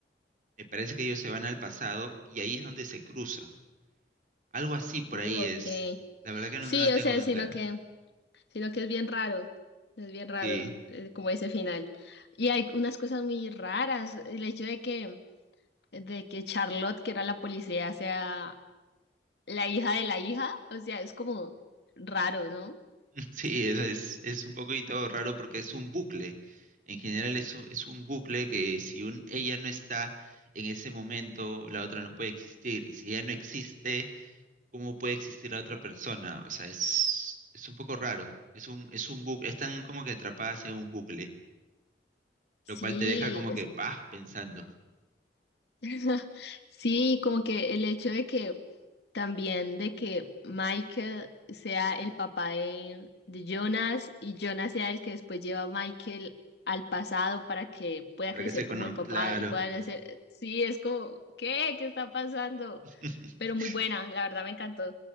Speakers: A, on the right; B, on the left.
A: me parece que ellos se van al pasado y ahí es donde se cruza. Algo así por
B: Uh,
A: ahí
B: ok.
A: es. La verdad que no,
B: Sí,
A: no la tengo
B: o sea,
A: tan
B: sino
A: claro.
B: que, sino que es bien raro. Es bien raro,
A: Sí.
B: eh, como ese final. Y hay unas cosas muy raras. El hecho de que, de que Charlotte, que era la policía, sea la hija de la hija. O sea, es como raro, ¿no?
A: <laughs> Sí, es, es, es un poquito raro porque es un bucle. En general es un, es un bucle que si un, ella no está en ese momento, la otra no puede existir. Y si ella no existe, ¿cómo puede existir la otra persona? O sea, es, es un poco raro. Es un, es un bucle, están como que atrapadas en un bucle,
B: Sí,
A: lo cual te deja como
B: es...
A: que, paz pensando.
B: <laughs> sí, como que el hecho de que También de que Michael sea el papá de, de Jonas y Jonas sea el que después lleva a Michael al pasado para que pueda
A: ¿Para
B: crecer
A: qué se conoce?
B: como el papá
A: Claro.
B: y puedan hacer, sí, es como, ¿qué? ¿Qué está pasando?
A: <laughs>
B: Pero muy buena, la verdad me encantó.